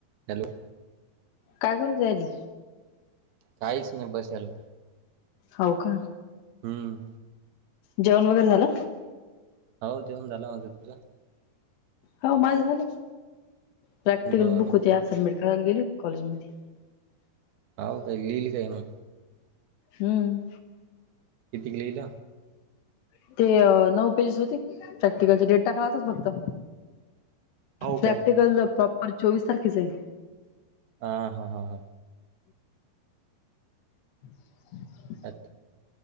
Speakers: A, on the right (about 70°); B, on the left (about 80°).
A: <inaudible> Hello
B: काय करतोय- <inaudible> eddy
A: काहीच नाही बसलेलोय
B: हो का
A: हम्म.
B: जेवण वगैरे झालं.
A: हो जेऊन झालं माझ तुझं?
B: हो माझं झालं, प्रॅक्टिकल
A: बरं
B: बुक
A: बर
B: होते सबमिट करायला गेली होती कॉलेजमध्ये.
A: <unintelligible> हा काय लिहिल काय ना
B: हम्म
A: किती गेल
B: <unintelligible> ते नऊ पेजेस होती प्रॅक्टिकलची डेट टाकातच फक्त
A: हो
B: प्रॅक्टिकल
A: काय
B: प्रॉपर चोवीस तारखेच आहे
A: ह हा हा हा
B: ह <inaudible>
A: अच् <inaudible>